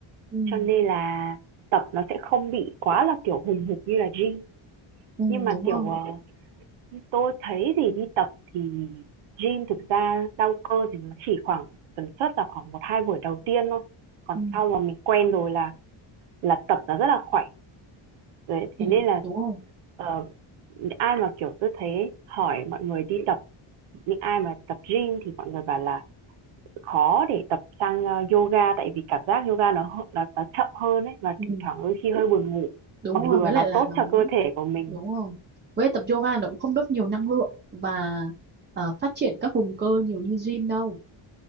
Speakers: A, on the right; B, on the right.
A: ừ,
B: Cho nên là tập nó sẽ không bị quá là, kiểu, hùng hục như là gym.
A: ừ,
B: Nhưng mà,
A: đúng
B: kiểu,
A: không
B: ờ, tôi thấy thì đi tập thì gym thực ra đau cơ thì nó chỉ khoảng tần suất là khoảng một 2 buổi đầu tiên thôi. Còn
A: ừ,
B: sau mà mình quen rồi là là tập nó rất là khỏe. Đấy,
A: ừ,
B: thế nên là,
A: đúng không
B: ờ, ai mà, kiểu, tôi thấy hỏi mọi người đi tập những ai mà tập gym thì mọi người bảo là khó để tập sang ờ, yoga tại vì cảm giác yoga nó nó nó chậm hơn ấy và
A: ừ,
B: thỉnh thoảng đôi khi hơi buồn ngủ
A: đúng
B: mặc
A: rồi
B: dù
A: với
B: là
A: lại
B: nó
A: là
B: tốt
A: nó
B: cho cơ thể của mình
A: đúng không với lại tập yoga nó cũng không đốt nhiều năng lượng và ờ, phát triển các vùng cơ nhiều như gym đâu